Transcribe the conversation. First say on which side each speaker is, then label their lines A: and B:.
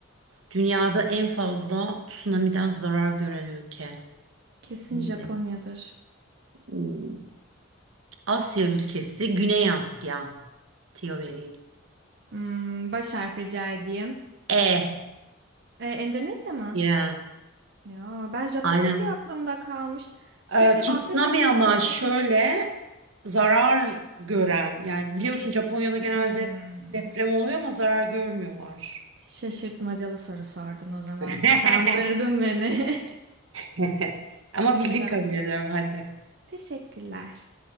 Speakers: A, on the right; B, on the right.
A: Dünyada en fazla tsunami'den zarar gören ülke.
B: Kesin
A: Neydi?
B: Japonya'dır.
A: Hmm, Asya ülkesi, Güney Asya. Tiyo vereyim.
B: Hmm, baş harf rica edeyim.
A: E.
B: E, Endonezya mı?
A: Ya.
B: Ya ben Japonya
A: Aynen.
B: diye aklımda kalmış. Sürekli
A: Ee, tsunami
B: afet oluyor
A: ama
B: orada
A: şöyle
B: da.
A: zarar gören. Yani biliyorsun Japonya'da genelde
B: Hmm.
A: deprem oluyor ama zarar görmüyorlar.
B: Şaşırtmacalı soru sordun o zaman.
A: <laughs>
B: Kandırdın beni. <laughs>
A: <laughs> Ama bildin
B: O zaman
A: kabul ediyorum hadi.
B: teşekkürler.